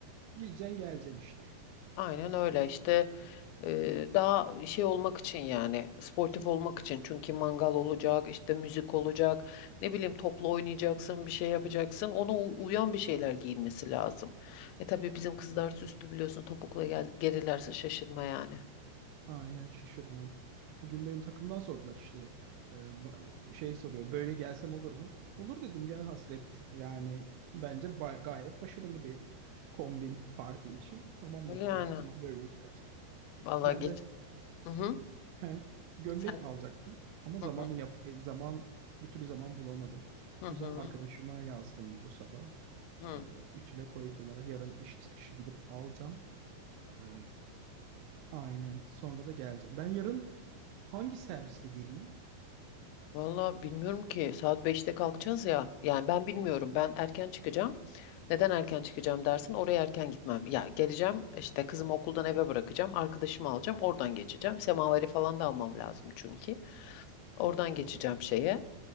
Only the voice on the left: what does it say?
Aynen öyle işte. Ee, daha şey olmak için yani sportif olmak için çünkü mangal olacak işte müzik olacak ne bileyim topla oynayacaksın bir şey yapacaksın ona u- uyan bir şeyler giyinmesi lazım. E tabii bizim kızlar süslü biliyorsun topukla gel gelirlerse şaşırma yani.
Yani
vallahi
geç.
Hı hı.
Sen
hı hı
hı hı.
hı.
Vallahi bilmiyorum ki saat beşte kalkacağız ya yani ben bilmiyorum ben erken çıkacağım. Neden erken çıkacağım dersin? Oraya erken gitmem. Ya geleceğim işte kızımı okuldan eve bırakacağım. Arkadaşımı alacağım. Oradan geçeceğim. Semaveri falan da almam lazım çünkü. Oradan geçeceğim şeye.